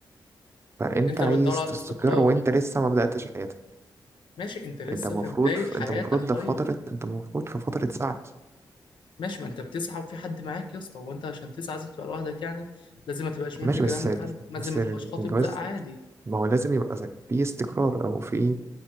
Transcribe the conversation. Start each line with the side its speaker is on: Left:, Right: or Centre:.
Right: فانت
Left: انت
Right: عايز
Left: بتدور على
Right: تستقر
Left: الاستقرار
Right: وانت لسه ما بدأتش حياتك
Left: ماشي انت لسه
Right: انت المفروض
Left: في بدايه
Right: في... انت
Left: حياتك
Right: المفروض ده
Left: طيب
Right: في فترة انت المفروض في فترة سعي
Left: ماشي ما انت بتسعى وفي حد معاك يا اسطى هو انت عشان تسعى لازم تبقى لوحدك يعني لازم ما تبقاش مدي
Right: ماشي
Left: كلام
Right: بس
Left: لحد ما
Right: بس
Left: زي ما
Right: الجواز
Left: تبقاش خاطب لا عادي
Right: ما هو لازم يبقى في استقرار او في